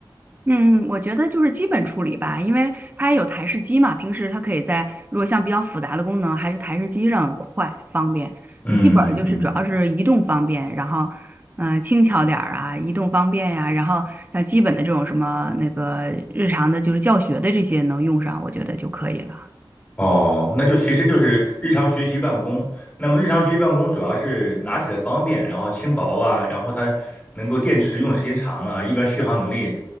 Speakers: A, on the right; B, on the left.
A: 嗯，我觉得就是基本处理吧，因为它也有台式机嘛，平时它可以在如果像比较复杂的功能，还是台式机上快方便。
B: 嗯嗯。
A: 笔记本儿就是主要是移动方便，然后嗯、呃轻巧点儿啊，移动方便呀、然后像基本的这种什么那个日常的，就是教学的这些能用上，我觉得就可以了。
B: 哦，那就其实就是日常学习办公。那么日常学习办公主要是拿起来方便，然后轻薄啊，然后它能够电池用的时间长啊，一般续航能力，